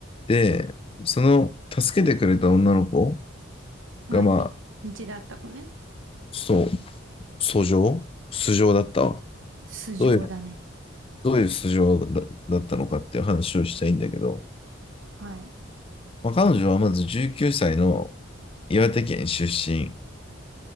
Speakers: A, on the left (about 30°); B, on the right (about 75°).
A: で、その助けてくれた女の子
B: はい、
A: が、まあ、
B: み、道だった子ね。
A: そう、訴状素性だったわ。
B: 素性だね。
A: どういう、どういう素性だ、だったのかっていう話をしたいんだけど、
B: はい。
A: まあ、彼女はまず19歳の岩手県出身